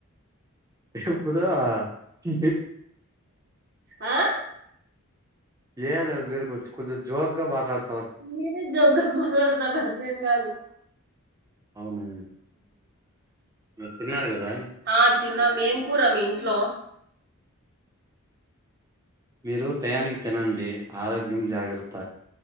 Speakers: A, on the right (about 15°); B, on the right (about 45°).
A: ఇప్పుడు హీ
B: ఆ
A: ఏలా మీేరుకు వచ్చు కొంచం జోగగా మాట్లాడు
B: మీరే జోగ్గా మాట్లాడతారా నేను కాదు
A: అవునా తిరున్నార్గదా
B: ఆ తిన్నాం ఏం కూర మీ ఇంట్లో
A: మీరు తయానికి తినండి ఆరోగ్యం జాగ్రత